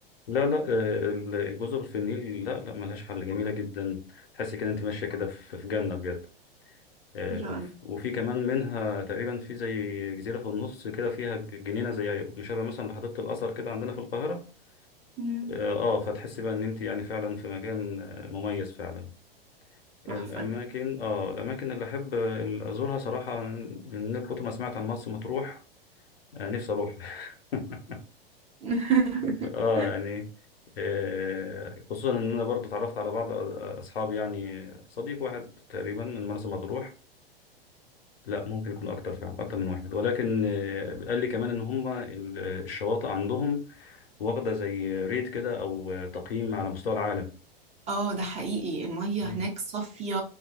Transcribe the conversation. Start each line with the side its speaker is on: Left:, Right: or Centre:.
Left: لا لا آه، ال- الجزر في النيل لا لا ملهاش حل جميلة جدا تحس كده انت ماشية كده في في جنة بجد آه،
Right: ان شاء
Left: وف-
Right: الله
Left: وفي كمان منها تقريبا في زي جزيرة في النص كده فيها جنينة زي مشابه مثلا لحديقة الأزهر كده عندنا في القاهرة
Right: مم.
Left: اه آه، فتحس بقى ان انت يعني فعلا في مكان آه، مميز فعلا الأماكن
Right: تحفة
Left: اه الأماكن اللي أحب آه، أزورها صراحة من كتر ما سمعت عن مرسى مطروح آه، نفسي أروح <laughs>
Right: <laughs>
Left: ف- اه يعني آه، خصوصا ان انا برضو اتعرفت على بعض أ- اصحابي يعني صديق واحد تقريبا من مرسى مطروح لا ممكن يكون اكتر فعلا اكتر من واحد ولكن آه، قال لي كمان ان هم ال- الشواطئ عندهم واخده زي ريت كده او آه، تقييم على مستوى العالم
Right: اه ده حقيقي المية
Left: مم.
Right: هناك صافية